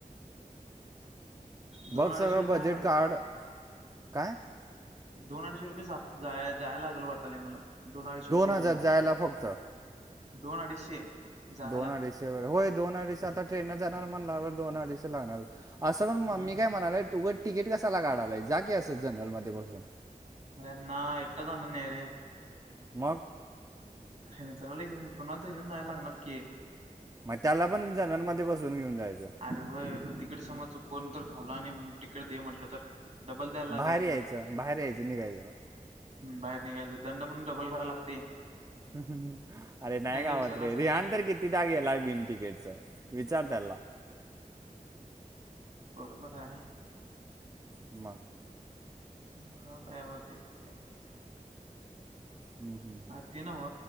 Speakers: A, on the right (about 25°); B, on the right (about 55°).
A: बघ
B: दोन अडीचशे
A: सगळं
B: रुपये
A: बजेट
B: आहे वाटतं
A: काढ काय.
B: दोन अडीचशे रुपये जा जायला लागल वाटलय मला दोन अडीचशे रुपये
A: हजार
B: यायला.
A: जायला फक्त
B: दोन अडीचशे. जायला
A: दोन अडीशेवर होय दोन अडीस आता ट्रेन न जाणार म्हणलावर दोन अडीस लागणार की. असं पण म
B: नाही
A: मी काय म्हणालय तुं तिकीट कसाला काढालाय जा की असत जनरल मध्ये बसून.
B: अरे ना एकटा जाणार नाही रे.
A: मग.
B: मित्राला घेऊन कुणाल तर घेऊन कोणा तरी जायला लागणार की.
A: मग त्याला पण जनावरांमध्ये बसून घेऊन जायचं.
B: अरे वय पण तिकीट समज चुकवून तर खावला आणि तिकीट दे म्हटलं तर. डबल द्यायला लागेल
A: बाहेर
B: तिकड
A: यायचं बाहेर यायचं निघायचं
B: बाहेर निघायचं दंड म्हणून डबल करायला लागत. ते.
A: हम्म हम्म अरे नयगावाते
B: विसरलास काय
A: यांतर कि. किदा गेलाय बिन तिकीट च विचार त्याला.
B: बरोबर आहे.
A: मग.
B: बा बाया होतीच का.
A: हम्म, हम्म,
B: अर ते नाव